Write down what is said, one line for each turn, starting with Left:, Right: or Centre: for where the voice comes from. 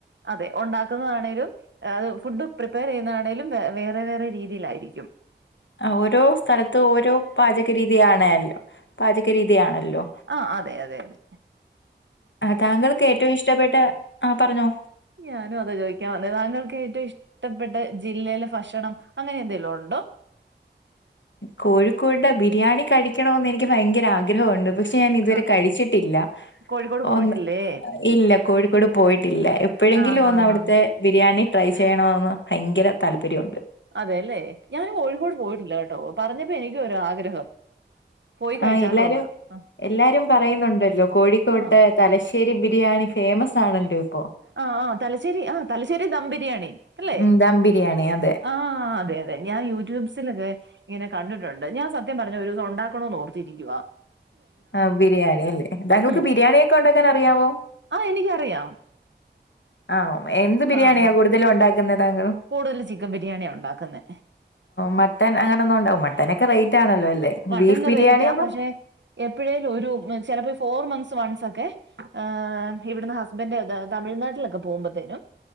Right: അതെ ഉണ്ടാക്കുന്നതാണെേലും- അത് ഫുഡ് പ്രിപ്പയർ ചെയ്യുന്നതാണെങ്കലും വേറെ വേറെ രീതിയിലായിരിക്കും.
Left: ആഹ് ഓരോ സ്ഥലത്ത് ഓരോ പാചക രീതിയാണല്ലോ പാചക രീതിയാണല്ലോ?
Right: ആഹ് അതെ അതെ അതെ
Left: താങ്കൾക്ക് ഏറ്റവും ഇഷ്ടപ്പെട്ട ആഹ് പറഞ്ഞോ?
Right: ഞാനും അത ചോദിക്കാൻ വന്നത് താങ്കൾക്ക് ഏറ്റവും ഇഷ്ടം- ഇഷ്ടപ്പെട്ട ജില്ലയിലെ ഫക്ഷണം അങ്ങനെ എന്തെങ്കലും ഉണ്ടോ?
Left: കോഴിക്കോടെ ബിരിയാണി കഴിക്കണന്ന് എനിക്ക് ഭയങ്കര ആഗ്രഹമുണ്ട്. പക്ഷെ ഞാൻ ഇതുവരെ
Right: ആ
Left: കഴിച്ചിട്ടില്ല.
Right: കോഴിക്കോട് പോയിട്ടില്ലേ
Left: ഒന്ന് ഇല്ല കോഴിക്കോട് പോയിട്ടില്ല എപ്പോഴെങ്കിലും
Right: ആ
Left: ഒന്ന്
Right: ആ
Left: അവിടുത്തെ-
Right: ആ
Left: ബിരിയാണി ട്രൈ ചെയ്യണന്ന് ഭയങ്കര താല്പര്യണ്ട്.
Right: അതെല്ലേ ഞാന് കോഴിക്കോട് പോയിട്ടില്ല കേട്ടോ പറഞ്ഞപ്പോ എനിക്കൊ ര് ആഗ്രഹം പോയി കഴിച്ചാലോന്ന്
Left: ആഹ് എല്ലാരും
Right: ആ
Left: എല്ലാരും പറയുന്നുണ്ടല്ലോ കോഴിക്കോട്ട്-
Right: ആ
Left: തലശ്ശേരി ബിരിയാണി ഫേമസ് ആണല്ലോ ഇപ്പോ.
Right: ആഹ് ആ തലശ്ശേരി ആഹ് തലശ്ശേരി ദം ബിരിയാണി അല്ലേ?
Left: ഉം ദാം ബിരിയാണി അതെ.
Right: ആഹ് അതെ അതെ ഞാൻ യൂട്യൂബ്സിലൊക്കെ ഇങ്ങനെ കണ്ടിട്ടുണ്ട് ഞാൻ സത്യം പറഞ്ഞ ഒരു ദസം ഉണ്ടാക്കണോന്ന് ഓർത്തിയിരിക്കുവാ.
Left: ആഹ് ബിരിയാണി അല്ലേ താങ്കൾക്ക്
Right: ഉം
Left: ബിരിയാണിയ ഒക്കെ ഉണ്ടാക്കാൻ അറിയാവോ?
Right: ആഹ് എനിക്കറിയാം
Left: ഉ ആണോ എന്ത് ബിരിയാണിയാ
Right: ആഹ് ആഹ്
Left: കൂടുതലും ഉണ്ടാക്കുന്നത് താങ്കൾ?
Right: കൂടുതൽ ചിക്കൻ ബിരിയാണിയാ ഉണ്ടാക്കുന്നെ
Left: മട്ടൻ അങ്ങനെന്നും ഉണ്ടാവ മട്ടനൊക്കെ റേറ്റ് ആണല്ലോ അല്ലേ?
Right: മട്ടൻ
Left: ബീഫ് ബിരിയാണിയൊന്നും
Right: റേറ്റ ആ പക്ഷെ എപ്പോഴേലും ഒരു ചിലപ്പോ ഫോർ മന്ത്സ് വൺസ് ഒക്കെ- ഏഹ് ഇവിടുന്ന് ഹസ്ബൻഡ് തമിഴ്നാട്ടിലൊക്കെ പോകുമ്പത്തേനും-